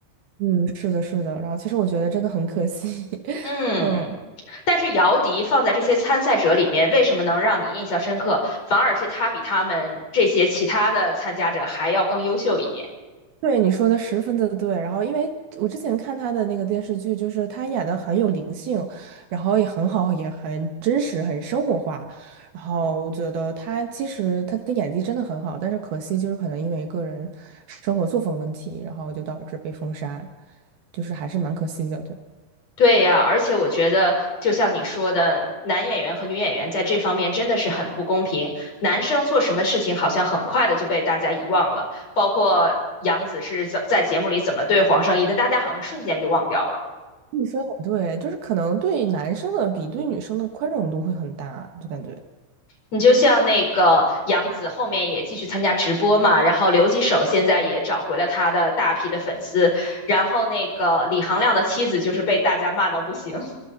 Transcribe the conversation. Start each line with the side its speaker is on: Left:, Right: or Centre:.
Right: 嗯，是的，是的。然后其实我觉得真的很可惜，<laughs>
Left: 嗯。
Right: 嗯。
Left: 但是姚笛放在这些参赛者里面，为什么能让你印象深刻？反而是他比他们这些其他的参加者还要更优秀一点。
Right: 对，你说的十分的对。然后，因为我之前看他的那个电视剧，就是他演的很有灵性，然后也很好，也很真实，很生活化。然后我觉得他其实他的演技真的很好，但是可惜就是可能因为个人生活作风的问题，然后就导致被封杀，就是还是蛮可惜的。对，
Left: 对呀，而且我觉得，就像你说的，男演员和女演员在这方面真的是很不公平。男生做什么事情好像很快的就被大家遗忘了，包括杨紫是怎在节目里怎么对黄圣依的，大家好像瞬间就忘掉了。
Right: 你说的很对，就是可能对男生的比对女生的宽容度会很大，就感觉。
Left: 你就像那个杨紫后面也继续参加直播嘛，然后刘几手现在也找回了他的大批的粉丝，然后那个李行亮的妻子就是被大家骂到不行，<laughs>